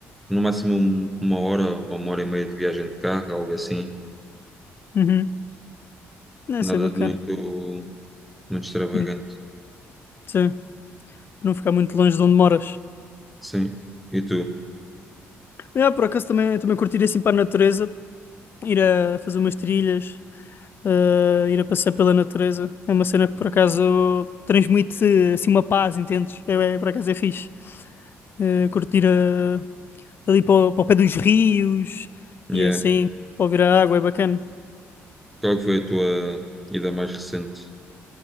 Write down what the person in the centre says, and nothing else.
no máximo um- uma hora ou uma hora e meia de viagem de carro, algo assim.
Nada
de muito, muito extravagante.
Sim. E tu?
Yeah.
Qual que foi a tua ida mais recente?